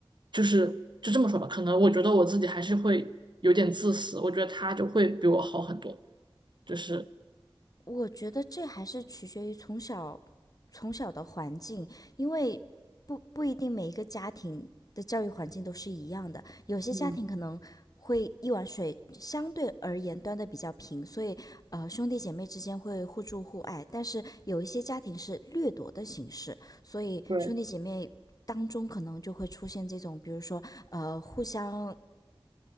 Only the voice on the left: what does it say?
我觉得这还是取决于从小从小的环境，因为不不一定每一个家庭的教育环境都是一样的，有些家庭可能会一碗水相对而言端的比较平，
所以呃兄弟姐妹之间会互助互爱，但是有一些家庭是掠夺的形式，所以兄弟姐妹当中可能就会出现这种，
比如说呃互相。